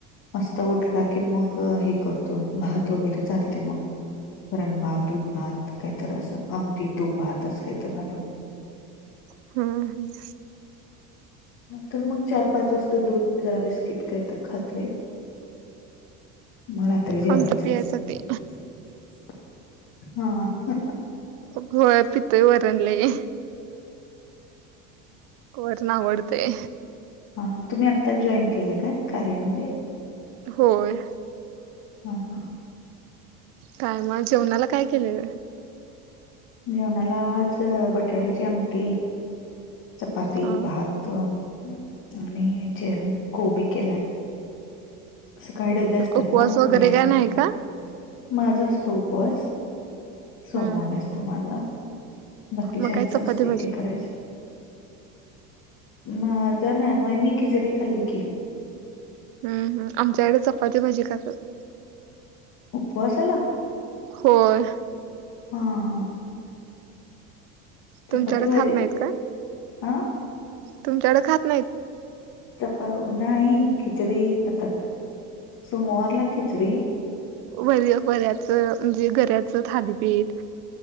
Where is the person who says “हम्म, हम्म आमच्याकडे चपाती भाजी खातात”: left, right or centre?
Right